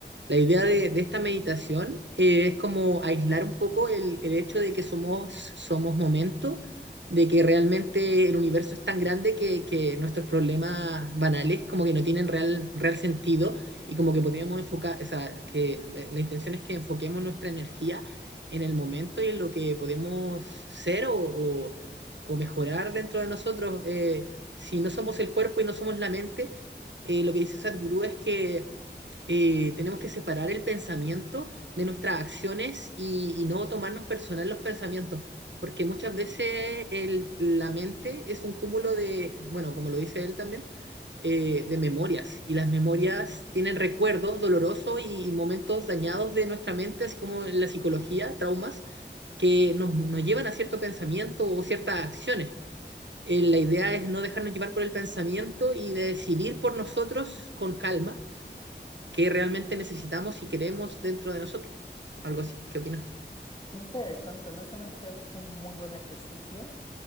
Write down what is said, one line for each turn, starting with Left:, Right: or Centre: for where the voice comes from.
Right: La idea de, de esta meditación eh, es como aislar un poco el, el, hecho de que somos, somos momento, de que realmente el universo es tan grande que, que nuestros problemas banales como que no tienen real, real sentido y como que podríamos enfocar, o sea, que la, la, intención es que enfoquemos nuestra energía en el momento y en lo que podemos ser o, o o mejorar dentro de nosotros. eh, si no somos el cuerpo y no somos la mente, eh, lo que dice Sadhguru es que eh, tenemos que separar el pensamiento de nuestras acciones y, y no tomarnos personal los pensamientos, porque muchas veces el- la mente es un cúmulo de, bueno, como lo dice él también, eh, de memorias, y las memorias tienen recuerdos dolorosos y momentos dañados de nuestra mente, así como en la psicología, traumas, que nos, nos llevan a cierto pensamiento o ciertas acciones eh, la idea es no dejarnos llevar por el pensamiento y de decidir por nosotros con calma qué realmente necesitamos y queremos dentro de nosotros. Algo así. ¿Qué opinas tú?
Left: qué interesante. Honestamente creo que es un muy buen ejercicio,